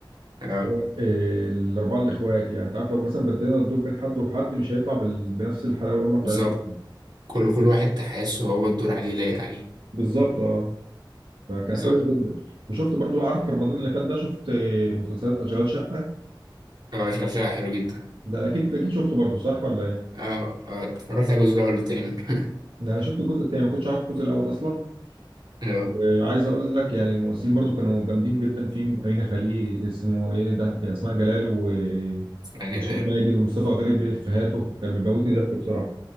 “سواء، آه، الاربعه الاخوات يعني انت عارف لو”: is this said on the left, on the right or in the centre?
Right